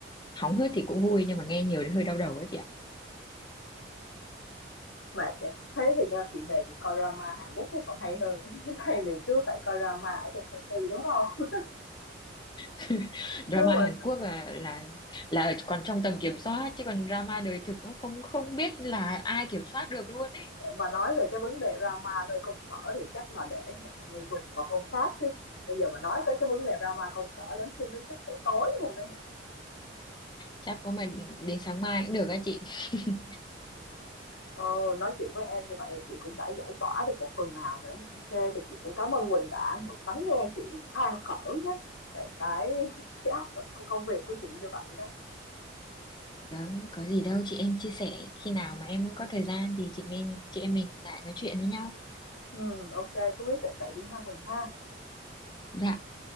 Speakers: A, on the left; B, on the left.
A: hóng hớt thì cũng vui nhưng mà nghe nhiều thì hơi đau đầu ấy chị ạ
B: mệt vậy. Thế thì do chị về chị coi drama Hàn Quốc nó còn hay hơn <laughs> thay vì cứ phải coi drama ở trong công ty, đúng không?
A: <laughs> drama
B: Chứ mà
A: Hàn Quốc là là là còn trong tầm kiểm soát chứ còn drama đời thực nó không không biết là ai kiểm soát được luôn ấy
B: mà nói về cái vấn đề drama nơi công sở thì chắc là để hẹn người Quỳnh vào hôm khác chứ. Bây giờ mà nói tới cái vấn đề drama công sở đến khi nó chắc tới tối luôn đấy nhỉ?
A: chắc có mà đến sáng mai cũng được á chị <laughs>
B: Ồ, nói chuyện với em như vậy là chị cũng đã giải tỏa được một phần nào rồi đấy. Ok, thì chị cũng cảm ơn Quỳnh đã một lắng nghe chị than thở nhé về cái <laughs> cái áp lực trong công việc của chị như vậy đó.
A: đó có gì đâu chị em chia sẻ khi nào mà em có thời gian thì chị mình chị em mình lại nói chuyện với nhau
B: Ừ, ok, cứ quyết định vậy đi ha Quỳnh ha.
A: dạ